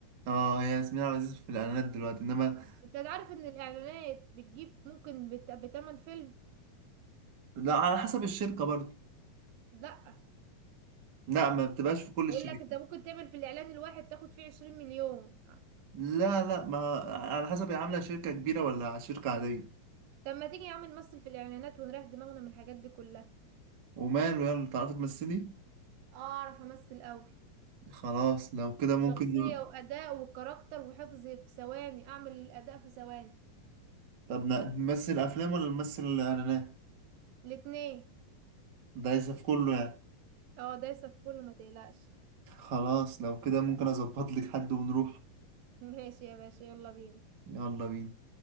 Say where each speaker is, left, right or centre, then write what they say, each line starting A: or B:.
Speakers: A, on the right; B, on the right.
A: اه هي ياسمين عبد العزيز في الاعلانات دلوقتي انما
B: انت عارف ان الاعلانات بتجيب ممكن بت... بتمن فيلم
A: لا على حسب الشركة برضه
B: لا
A: لا ما بتبقاش في كل
B: بقول
A: الشركات
B: لك انت ممكن تعمل في الاعلان الواحد تاخد فيه 20 مليون
A: لا لا ما على حسب هي عاملة شركة كبيرة ولا شركة عادية
B: طب ما تيجي يا عم نمثل في الاعلانات ونريح دماغنا من الحاجات دي كلها
A: وماله يلا تعرفي تمثلي
B: اعرف امثل قوي
A: خلاص لو كده ممكن
B: شخصية
A: نقول-
B: وأداء وكاركتر وحفظ في ثواني أعمل الأداء في ثواني
A: طب ن- نمثل أفلام ولا نمثل إعلانات
B: الاتنين
A: ده عايزة في كله يعني
B: اه دايسة في كله ما تقلقش
A: خلاص لو كده ممكن أظبط لك حد ونروح
B: <laughs> ماشي يا باشا يلا بينا
A: يلا بينا